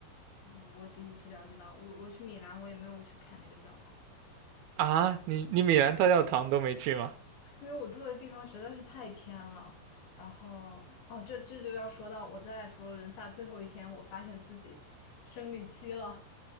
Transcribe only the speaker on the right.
啊。你你米兰大教堂都没去吗？